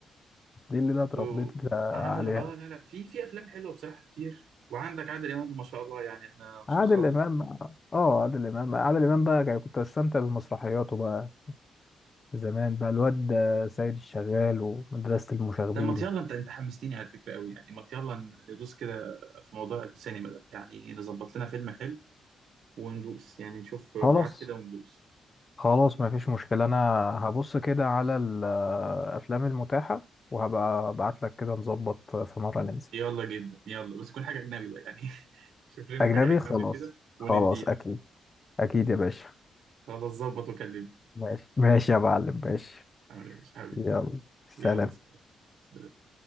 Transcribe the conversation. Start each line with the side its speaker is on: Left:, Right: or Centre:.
Left: دي اللي انا اتربيت
Right: وعملوا
Left: عليها
Right: اه لا لا في في افلام حلوه بصراحه كتير وعندك عادل امام ده ما شاء الله يعني احنا مش
Left: عادل
Right: هنخلص
Left: امام اه عادل امام عادل امام بقى يعني كنت بستمتع بمسرحياته بقى زمان بقى الواد ده سيد الشغال ومدرسة المشاغبين
Right: طب ما يلا انت انت حمستني على فكره قوي يعني ما يلا ندوس كده في موضوع السينما ده يعني نظبط لنا فيلم حلو وندوس يعني نشوف ميعاد
Left: خلاص
Right: كده وندوس
Left: خلاص ما فيش مشكلة انا هبص كده على الافلام المتاحة وهبقى ابعت لك كده نظبط في مرة ننزل
Right: يلا جدا يلا بس تكون حاجه اجنبي بقى يعني <laughs> شوف لنا
Left: اجنبي
Right: حاجه اجنبي
Left: خلاص
Right: كده ونديها
Left: خلاص اكيد اكيد يا باشا
Right: خلاص ظبط وكلمني
Left: ماشي ماشي يا معلم ماشي
Right: معلش حبيبي
Left: يلا سلام
Right: يلا سلام سلام.